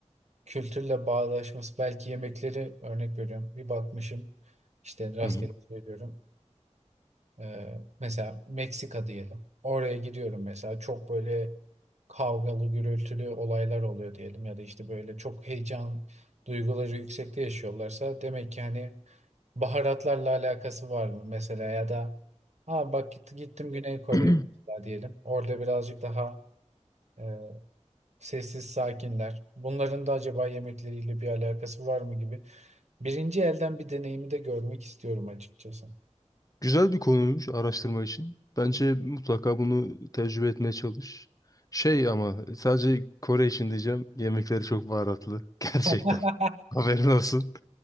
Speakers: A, on the right; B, on the left.
A: kültürle bağdaşması belki yemekleri örnek veriyorum. Bir bakmışım işte rastgele
B: hı hı.
A: söylüyorum. Ee, mesela Meksika diyelim. Oraya gidiyorum mesela çok böyle kavgalı gürültülü olaylar oluyor diyelim ya da işte böyle çok heyecan duyguları yüksekte yaşıyorlarsa demek ki hani baharatlarla alakası var mı mesela ya da ha bak gitti- gittim Güney Kore'ye
B: Hmm.
A: mesela
B: <clears throat>
A: diyelim. Orada birazcık daha e, sessiz sakinler. Bunların da acaba yemekleriyle bir alakası var mı gibi Birinci elden bir deneyimi de görmek istiyorum açıkçası.
B: Güzel bir konuymuş araştırma için. Bence mutlaka bunu tecrübe etmeye çalış. Şey ama sadece Kore için diyeceğim. Yemekleri çok baharatlı. <laughs> Gerçekten.
A: <laughs>
B: Haberin olsun.